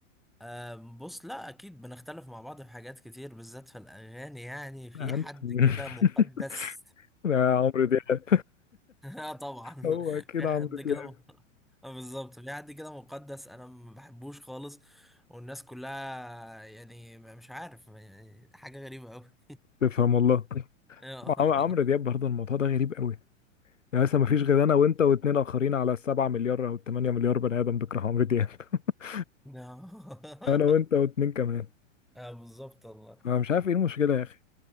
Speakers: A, in the centre; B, on the left.
A: اه. آم، بص لا اكيد بنختلف مع بعض في حاجات كتير بالذات في الاغاني يعني في
B: انت
A: حد
B: <laughs>
A: كده مقدس
B: يا عمرو دياب
A: <laughs> اه طبعا
B: هو كده
A: في حد
B: عمرو دياب
A: كده م... آه بالظبط في حد كده مقدس انا ما بحبوش خالص والناس كلها يعني مش عارف يعني حاجة غريبة قوي
B: تفهم والله
A: <laughs> اه.
B: عم- عمرو دياب برضه الموضوع ده غريب قوي يعني مثلا ما فيش غير انا وانت واتنين اخرين على السبعة مليار او التمانية مليار بني ادم بيكره عمرو دياب <laughs>
A: <laughs>
B: انا وانت واتنين كمان
A: اه بالظبط والله
B: انا مش عارف ايه المشكلة يا اخي